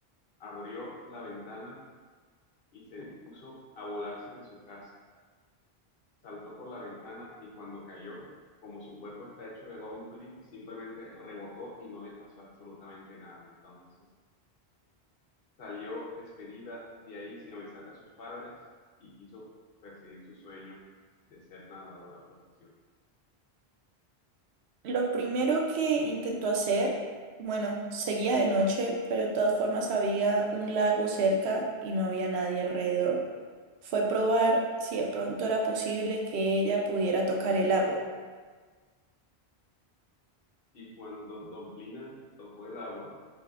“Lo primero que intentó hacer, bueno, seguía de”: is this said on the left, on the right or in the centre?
Right